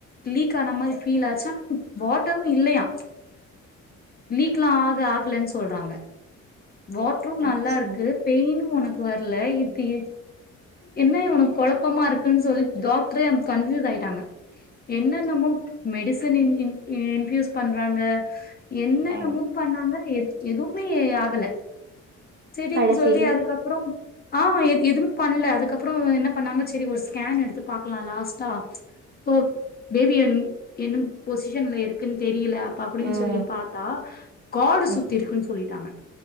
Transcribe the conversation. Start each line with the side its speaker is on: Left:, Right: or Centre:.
Left: லீக் ஆன மாரி ஃபீல் ஆச்சு ஆனா வாட்டரு இல்லயா லீக்லா ஆக ஆகலன் சொல்றாங்க வாட்ரும் நல்லா
Right: அச்சோ
Left: இருக்கு பெயினு ஒனக்கு வர்ல இது என்ன உனக் கொலப்பமா இருக்குன் சொல்லி டாக்ட்ரே கன்ஃப்பியூஸ் ஆய்ட்டாங்க என்னென்னமோ மெடிசன் இன் இன் இன்ஃபியூஸ் பண்றாங்க என்னென்னமோ
Right: ஆ
Left: பண்ணாங்க எ எதுமே ஆகல செரின்
Right: கடைசில
Left: சொல்லி அதுக்கப்பறோ ஆமா எது-எதுமே பண்ல அதுக்கப்பறம் என்ன பண்ணாங்க செரி ஒரு ஸ்கேன் எடுத்து பாக்கலா லாஸ்ட்டா போ பேபி என் என்னும் பொசிஷன்ல இருக்குன் தெரியில அப்டின்
Right: ம்
Left: சொல்லி பாத்தா கார்டு
Right: ம்
Left: சுத்தி இருக்குன் சொல்லிட்டாங்க